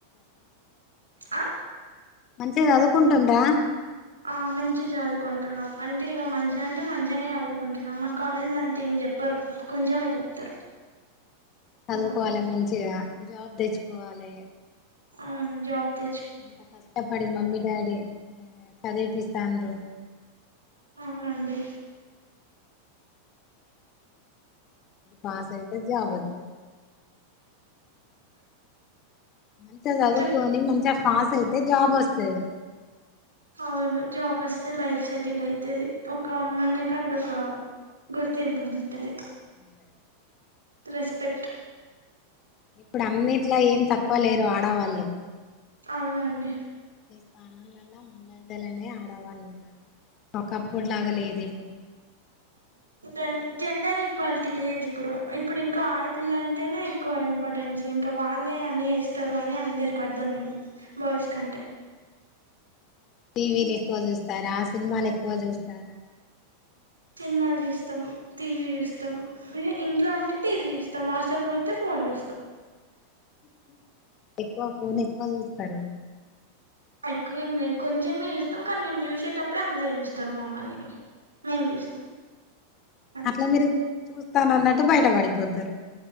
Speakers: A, on the right; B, on the left.
A: ఆ
B: మంచిగ చదువుకుం <unintelligible>
A: ఆ మంచిగా చదువుకుంటున్నాం అంటే ఇ మంచి అంటే మంచిగానే చదువుకుంటున్నాం మా కాలేజీలో అంతా ఏం చెప్పరు కొంచెమే చెప్తారు
B: చదువుకోవాలి
A: ఇక
B: మంచిగా జాబ్ తెచ్చుకోవాలే
A: అవును జాబ్ తె
B: అంత కష్టపడి మమ్మీ డాడీ చదివిపిస్తరు
A: అవునండి
B: పాస్ అయితే జాబ్ అంతది మంచిగా చదువుకొని
A: చెప్
B: మంచిగా పాస్ అయితే జాబ్ వస్తది
A: అవును జాబ్ వస్తే లైఫ్ సెటిల్ అయితది ఒక అమ్మని కంటే ఒక గుర్తింపు ఉంటది
B: స <inaudible>
A: రెస్పెక్ట్
B: ఇప్పుడు అన్నిట్లా ఏం తక్కువ లేరు ఆడవాళ్ళు
A: అవునండి
B: ప్రాణలలా ముందద్దలనే ఆడవాళ్ళు ఉన్నారు ఒకప్పులాగా లేదు ఇప్పుడు
A: జ జెండర్ ఈక్వాలిటీ లేదు ఇప్పుడు ఇప్పుడు ఇంకా ఆడపిల్ల అంటేనే ఎక్కువ ఇంపార్టెన్స్ ఇంకా వాళ్ళే అన్నీ ఇస్తారు అని అందరికి అర్థమయింది బాయ్స్ కంటే
B: టీవీలు ఎక్కువ చూస్తారా సినిమాలు ఎక్కువ చూస్తారా
A: సినిన్నమాలు చూస్తాం టీవీ చూస్తాం ఇంట్లో ఉంటే టీవీ చూస్తాం హాస్టల్ పోతే ఫోన్ చూస్తాం
B: ఎక్కువ ఫోన్ ఎక్కువ చూస్తారు
A: ఎక్కువేం లేదు కొంచెమే చూస్తాం కానీ మేము చూసేటప్పుడే అందరు చూస్తారు మమ్మల్ని మేం చూస్తాం అంతే
B: అట్లా మీరు చూస్తానన్నట్టు బయట పడిపోతారు